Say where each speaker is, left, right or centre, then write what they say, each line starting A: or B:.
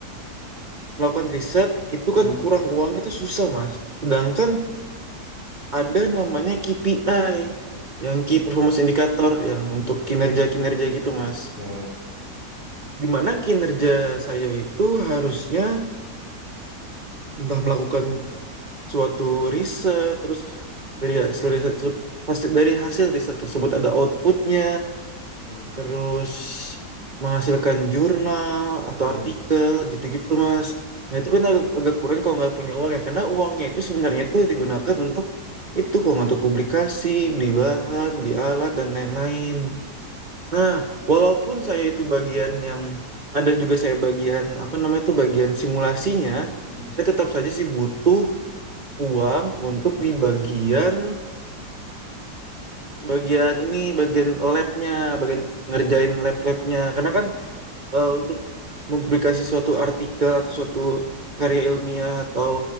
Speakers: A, on the right; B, on the right.
A: melakukan riset itu
B: hmm,
A: kan kurang uangnya itu susah, Mas. Sedangkan ada namanya KPI yang Key
B: nah,
A: Performance Indicator yang untuk kinerja-kinerja gitu, Mas.
B: nah,
A: Di mana kinerja saya itu harusnya entah melakukan suatu riset terus dari hasil riset hasil dari hasil riset tersebut ada outputnya
B: hmm,
A: terus menghasilkan jurnal atau
B: hmm,
A: artikel gitu-gitu mas nah itu kan agak, agak kurang kalau nggak punya uang ya karena uangnya itu sebenarnya itu digunakan untuk itu kalau untuk publikasi beli bahan beli alat dan lain-lain nah walaupun saya itu bagian yang ada juga saya bagian apa namanya itu bagian simulasinya
B: hmm.
A: saya tetap saja sih butuh uang untuk di bagian bagian ini bagian labnya bagian ngerjain lab-labnya karena kan eh, untuk mempublikasi suatu artikel atau suatu karya ilmiah atau